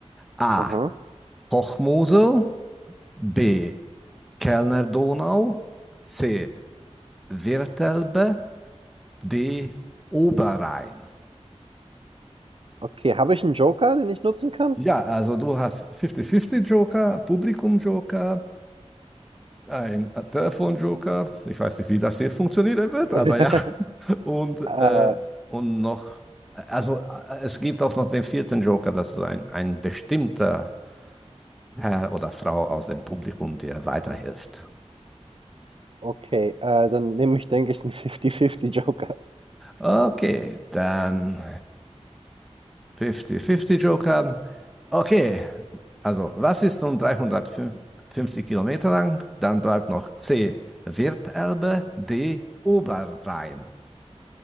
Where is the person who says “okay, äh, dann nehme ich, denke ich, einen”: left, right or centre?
Right